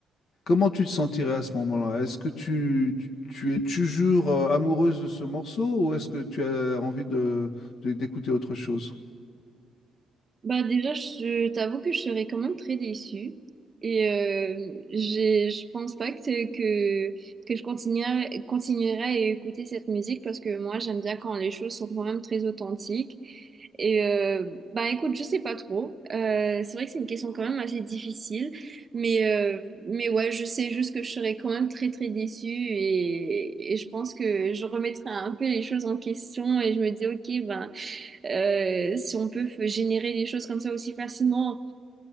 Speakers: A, on the left; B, on the right.
A: Comment tu te sentirais à ce moment-là? Est-ce que tu, tu tu es toujours euh, amoureuse de ce morceau ou est-ce que tu as envie de, de- d'écouter autre chose?
B: Bah déjà, je t'avoue que je serais quand même très déçue. Et euh, j'ai- je pense pas que, que, que je continuerai, continuerai à écouter cette musique parce que moi, j'aime bien quand les choses sont quand même très authentiques. Et euh, bah écoute, je sais pas trop. Euh, c'est vrai que c'est une question quand même assez difficile. Mais, euh, mais ouais, je sais juste que je serais quand même très très déçue et, et je pense que je remettrai un peu les choses en question et je me dis, ok, ben. Euh, si on peut f- générer des choses comme ça aussi facilement